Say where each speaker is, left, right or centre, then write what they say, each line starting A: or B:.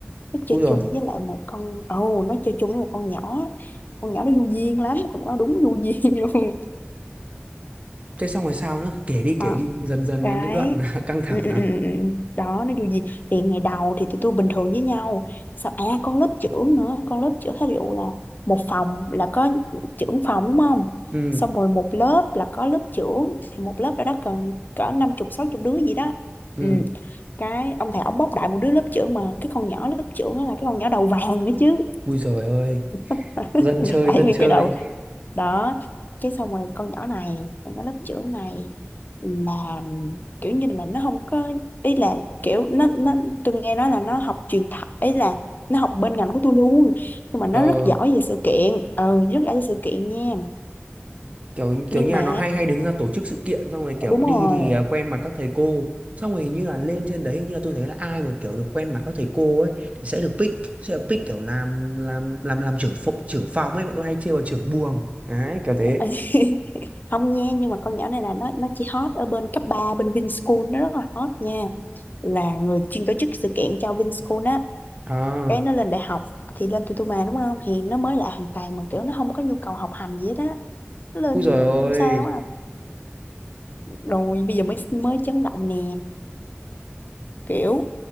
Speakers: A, on the left (about 45°); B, on the right (about 30°).
A: nó chơi
B: Ui rồi,
A: chung với lại một con ồ nó chơi chung với một con nhỏ con nhỏ nó du duyên lắm con nhỏ đúng du duyên <laughs> luôn
B: thế xong rồi sao nữa? Kể đi
A: Ờ,
B: kể đi, dần dần
A: cái
B: đến cái đoạn <laughs> căng thẳng
A: ừ, ừ,
B: nào.
A: ừ, ừ, ừ. đó nó du duyên thì ngày đầu thì tụi tôi bình thường với nhau sao à con lớp trưởng nữa con lớp trưởng thí dụ là một phòng là có trưởng phòng đúng không
B: Ừ
A: xong rồi một lớp là có lớp trưởng thì một lớp đó, đó cần cỡ năm chục sáu chục đứa gì đó
B: ừ,
A: ừ cái ông thầy ổng bóc đại một đứa lớp trưởng mà cái con nhỏ lớp trưởng đó là cái con nhỏ đầu vàng nữa chứ
B: ui giời ơi,
A: <laughs>
B: dân chơi
A: tại
B: dân
A: nguyên
B: chơi.
A: cái đầu đó cái xong rồi con nhỏ này con nhỏ lớp trưởng này là kiểu như là nó không có ý là kiểu nó nó tôi nghe nói là nó học truyền thật ấy là nó học bên ngành của tôi luôn nhưng mà nó
B: Ờ
A: rất giỏi về sự kiện ừ rất giỏi về sự kiện nha
B: kiểu kiểu
A: nhưng
B: như
A: mà
B: là nó hay hay đứng ra tổ chức sự kiện xong rồi kiểu
A: đúng
B: đi
A: rồi
B: thì à, quen mặt các thầy cô xong rồi như là lên trên đấy như là tôi thấy là ai mà kiểu được quen mặt các thầy cô ấy thì sẽ được pick sẽ được pick kiểu làm làm làm làm trưởng phòng trưởng phòng ấy bọn tôi hay trêu là trưởng buồng đấy kiểu thế
A: <laughs> không nha nhưng mà con nhỏ này là nó nó chỉ hot ở bên cấp 3 bên Vinschool nó rất là hot nha là người chuyên tổ chức sự kiện cho Vinschool á
B: à
A: cái nó lên đại học thì lên Tutuma đúng không thì nó mới lại hoàn toàn mà kiểu nó không có nhu cầu học hành gì hết á nó lên
B: ui rồi ôi
A: sao á rồi bây giờ mới mới chấn động nè kiểu